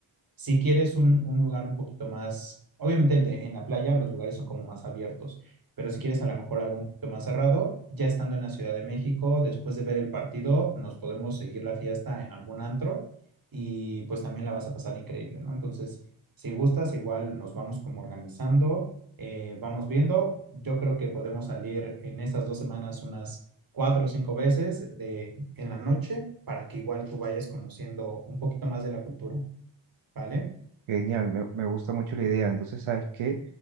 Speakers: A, on the right; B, on the right.
A: Si quieres un, un lugar un poquito más, obviamente el de en la playa, los lugares son como más abiertos, pero si quieres a lo mejor algo un poquito más cerrado, ya estando en la Ciudad de México, después de ver el partido, nos podemos seguir la fiesta en algún antro y pues también la vas a pasar increíble, ¿no? Entonces, si gustas, igual nos vamos como organizando, eh, vamos viendo. Yo creo que podemos salir en esas dos semanas unas cuatro o cinco veces de, en la noche para que igual tú vayas conociendo un poquito más de la cultura, ¿vale?
B: Genial, me, me gusta mucho la idea. Entonces, ¿sabes qué?